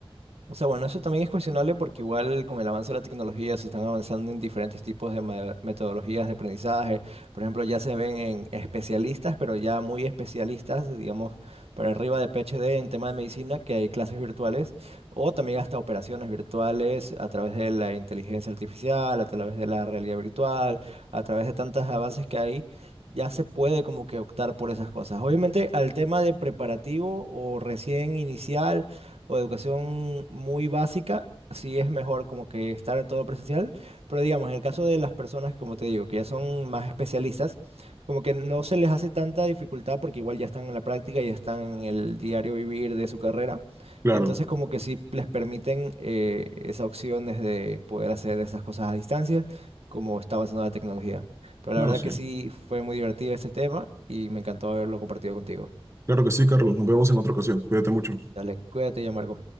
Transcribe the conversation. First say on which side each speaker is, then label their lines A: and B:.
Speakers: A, on the right (about 80°); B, on the right (about 25°).
A: O sea, bueno, eso también es cuestionable porque igual con el avance de la tecnología se están avanzando en diferentes tipos de ma- metodologías de aprendizaje. Por ejemplo, ya se ven en especialistas, pero ya muy especialistas, digamos, para arriba de PhD en tema de medicina, que hay clases virtuales o también hasta operaciones virtuales a través de la inteligencia artificial, a través de la realidad virtual, a través de tantos avances que hay. Ya se puede como que optar por esas cosas. Obviamente al tema de preparativo o recién inicial o educación muy básica, sí es mejor como que estar en todo presencial, pero digamos, en el caso de las personas, como te digo, que ya son más especialistas, como que no se les hace tanta dificultad porque igual ya están en la práctica, ya están en el diario vivir de su carrera,
B: Claro,
A: entonces como que sí les permiten eh, esas opciones de poder hacer esas cosas a distancia, como está avanzando la tecnología. Pero
B: no,
A: la verdad
B: sí.
A: que sí fue muy divertido este tema y me encantó haberlo compartido contigo.
B: Claro que sí, Carlos. Nos vemos en otra ocasión. Cuídate mucho.
A: Dale, cuídate ya, Marco.